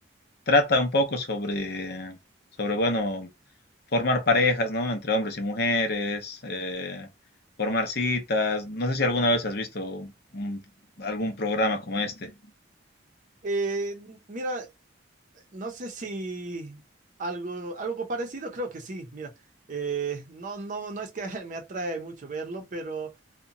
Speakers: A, on the left; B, on the right.
A: trata un poco sobre, sobre bueno, formar parejas, ¿no? Entre hombres y mujeres, eh, formar citas. No sé si alguna vez has visto un- algún programa como este.
B: Eh, mira, no sé si algo, algo parecido, creo que sí. Mira, eh, no, no, no es que <laughs> me atrae mucho verlo, pero